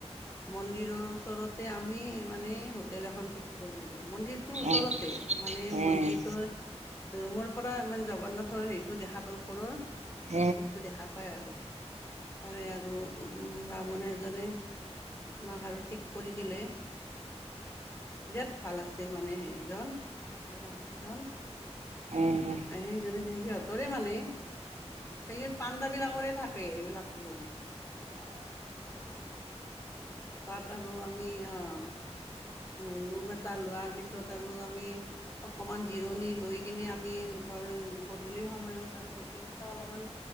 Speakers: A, on the left; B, on the right.
A: মন্দিৰৰ ওচৰতে আমি মানে হোটেল এখন ঠিক কৰিলোঁ, মন্দিৰ টো ওচৰতে
B: উম উম
A: মানে মন্দিৰৰ
B: উম
A: ৰুমৰ পৰা ইমান জগন্নাথৰ হেটোও দেখা পায় ওপৰৰ
B: অঁ
A: মণিকোটটো দেখা পায় আৰু তাৰে আৰু উ ব্ৰাক্ষ্মণ এজনে তোমাক আৰু ঠিক কৰি দিলে যে ভাল আছিল মানে হেৰিজন বামুণজন
B: উম
A: সেইজননে সিহঁতৰে মানে সে পান্দাবিলাকৰে থাকে এইবিলাক ৰুম অ তাত আৰু আমি আহ ৰুম এটা লোৱাৰ পিছত আৰু আমি অকমান জিৰণি লৈ কিনে আমি ধৰ গধূলি সময়ত আৰু গোটেই কেইটা অলপমান